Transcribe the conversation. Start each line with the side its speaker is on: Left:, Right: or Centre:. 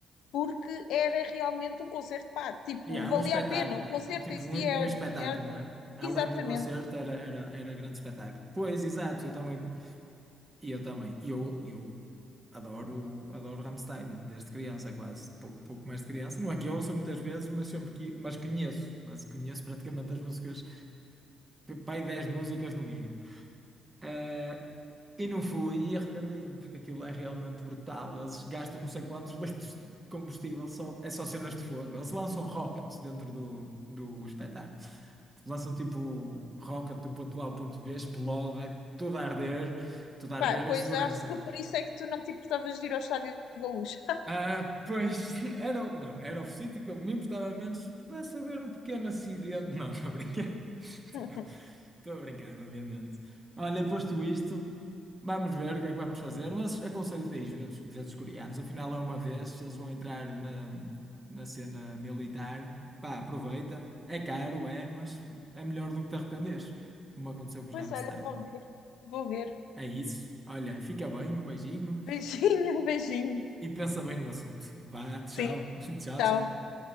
Left: porque era realmente um concerto, pá, tipo,
Right: E há
Left: valia
Right: um espetáculo,
Left: a pena. O concerto
Right: tipo
Left: em si
Right: um,
Left: é,
Right: um espetáculo,
Left: é-
Right: não é? Além
Left: exatamente.
Right: do concerto, era, era, era grande espetáculo. Pois, exato, eu também. E eu também. E eu, eu adoro, adoro Rammstein, desde criança, quase. Pouco, pouco mais de criança. Não é que eu ouço muitas vezes, mas sempre que. Mas conheço. Mas conheço praticamente as músicas. Pai, 10 músicas no mínimo. Eh, e não fui e arrependi-me, porque aquilo é realmente brutal. Eles gastam não sei quantos <laughs> litros de combustível, só, é só cenas de fogo. Eles lançam rockets dentro do, do espetáculo. Lançam tipo rocket do ponto A ao ponto B, explode, é tudo a arder, tudo a arder
Left: Pá, pois
Right: em segurança.
Left: acho que por isso é que tu não te importavas de ir ao Estádio da Luz.
Right: Ah, pois, <laughs> era, o- não, era o sítio que eu me importava menos se pudesse haver um pequeno acidente. <laughs> Não, estou a brincar. <laughs> Estou
Left: <laughs>
Right: estou a brincar, obviamente. Olha, posto isto, vamos ver o que é que vamos fazer, mas aconselho-te a ir ver os, ver os coreanos. Afinal, é uma vez, eles vão entrar na, na cena militar. Pá, aproveita. É caro, é, mas é melhor do que te arrependeres, como aconteceu com os
Left: Pois
Right: Rammstein.
Left: olha, vou ver, vou ver.
Right: É isso. Olha, fica bem, um beijinho
Left: Beijinho, beijinho.
Right: e pensa bem no assunto. Vá, tchau.
Left: Sim,
Right: <laughs> Tchau,
Left: tchau.
Right: tchau.